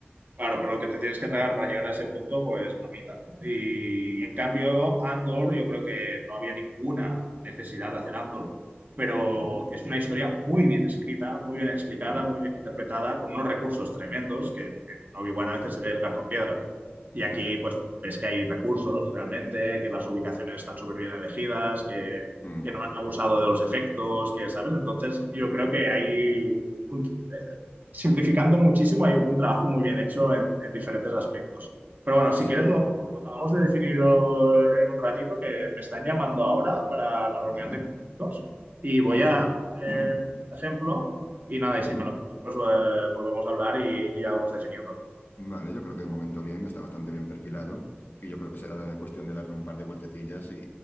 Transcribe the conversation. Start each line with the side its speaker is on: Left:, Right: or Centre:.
Right: Claro, pero lo que te tienes que tragar para llegar a ese punto, pues mamita, ¿no? Y, y en cambio, Andor, yo creo que no había ninguna necesidad de hacer Andor, pero
Left: No,
Right: es una historia muy bien escrita, muy bien explicada,
Left: Mm,
Right: muy bien interpretada, con unos recursos tremendos, que en, en Obi-Wan a veces se ve el cartón piedra, y aquí
Left: ya.
Right: pues ves que hay recursos realmente, que las ubicaciones están súper bien elegidas, que,
Left: Mm,
Right: que no han abusado de los efectos, que, ¿sabes? Entonces, yo creo que hay un- simplificando muchísimo, hay un trabajo muy bien hecho en, en diferentes aspectos. Pero bueno,
Left: sí,
Right: si quieres lo, lo acabamos de definir eh, en un ratito, que me están llamando ahora para la
Left: vale.
Right: reunión de contenidos y voy
Left: Ok.
Right: a poner
Left: <clears throat>
Right: este ejemplo y nada, y
Left: Ujú.
Right: si me lo prueban, pues eh, volvemos a hablar y, y ya vamos definiendo.
Left: Vale, yo creo que de momento bien, está bastante bien perfilado y yo creo que será cuestión de darle un par de vueltecillas y,